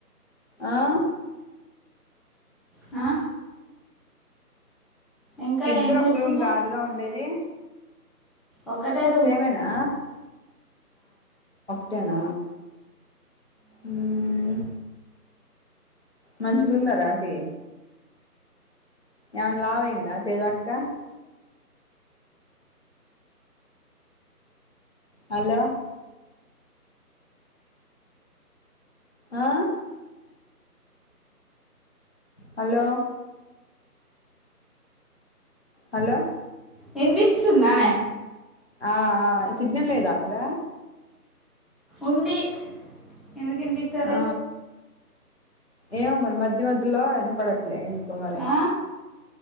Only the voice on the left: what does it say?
ఆ
ఇద్దరు
ఒక్క
రూమ్ గాదుగా ఉండేది
సేమేనా టేన మ్మ్ హ్ మంచిగుందా రాతి యేవన్ లావయిందా తేజక్క హలో ఆ హలో హలో
ఆ ఆ సిగ్నల్ లేదా అక్కడ
ఆ ఏమో మరి మధ్య మధ్యలో ఈన పడ ఎందుకో మరి